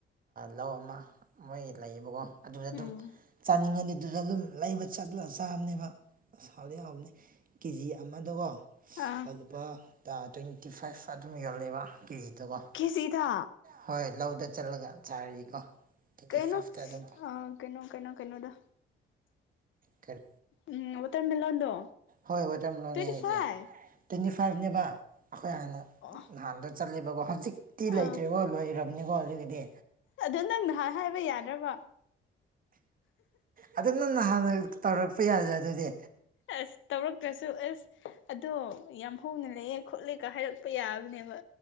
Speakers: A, on the right (about 45°); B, on the left (about 75°).
A: ꯂꯧ ꯑꯃ ꯃꯣꯏꯒꯤ ꯂꯩꯑꯦꯕꯀꯣ ꯑꯗꯨꯗ ꯑꯗꯨꯝ
B: ꯎꯝ
A: ꯆꯥꯅꯤꯡꯉꯗꯤ ꯑꯗꯨꯗ ꯑꯗꯨꯝ ꯂꯩꯕ ꯆꯠꯂꯒ ꯆꯥꯕꯅꯦꯕ ꯑꯁ ꯍꯥꯎꯗꯤ ꯍꯥꯎꯕꯅꯦ ꯀꯦꯖꯤ ꯑꯃꯗꯀꯣ
B: ꯑꯥ
A: ꯂꯨꯄꯥ ꯇ꯭ꯋꯦꯟꯇꯤ ꯐꯥꯏꯚ ꯑꯗꯨꯝ ꯌꯜꯂꯦꯕ ꯀꯦꯖꯤꯗꯀꯣ
B: ꯀꯤꯖꯤꯗ
A: ꯍꯣꯏ ꯂꯧꯗ ꯆꯠꯂꯒ ꯆꯥꯔꯗꯤꯀꯣ ꯇ꯭ꯋꯦꯟꯇꯤ
B: ꯀꯩꯅꯣ
A: ꯐꯥꯏꯚꯇ ꯑꯗꯨꯝ
B: ꯑ ꯀꯩꯅꯣ ꯀꯩꯅꯣ ꯀꯩꯅꯣꯗꯣ
A: ꯀꯔꯤ
B: ꯎꯝ ꯋꯥꯇꯔꯃꯦꯂꯣꯟꯗꯣ
A: ꯍꯣꯏ ꯋꯥꯇꯔꯃꯂꯣꯅꯦ
B: ꯇ꯭ꯋꯦꯟꯇꯤ
A: ꯑꯩꯁꯦ
B: ꯐꯥꯏꯚ
A: ꯇ꯭ꯋꯦꯟꯇꯤ ꯐꯥꯏꯚꯅꯦꯕ ꯑꯩꯈꯣꯏ ꯍꯥꯟꯅ
B: ꯑꯣ
A: ꯅꯍꯥꯟꯗꯣ ꯆꯠꯂꯦꯕꯀꯣ ꯍꯧꯖꯤꯛꯇꯤ
B: ꯑꯥ
A: ꯂꯩꯇ꯭ꯔꯦꯀꯣ ꯂꯣꯏꯔꯕꯅꯤꯀꯣ ꯍꯧꯖꯤꯒꯤꯗꯤ
B: ꯑꯗꯣ ꯅꯪ ꯅꯍꯥꯟ ꯍꯥꯏꯕ ꯌꯥꯗ꯭ꯔꯕ
A: ꯑꯗꯨ ꯅꯪꯅ ꯍꯥꯟꯅ ꯇꯧꯔꯛꯄ ꯌꯥꯗꯔ ꯑꯗꯨꯗꯤ
B: ꯑꯁ ꯇꯧꯔꯛꯇ꯭ꯔꯁꯨ ꯑꯁ ꯑꯗꯣ ꯌꯥꯝ ꯍꯧꯣꯡꯅ ꯂꯩꯑꯦ ꯈꯣꯠꯂꯦꯒ ꯍꯥꯏꯔꯛꯄ ꯌꯥꯕꯅꯦꯕ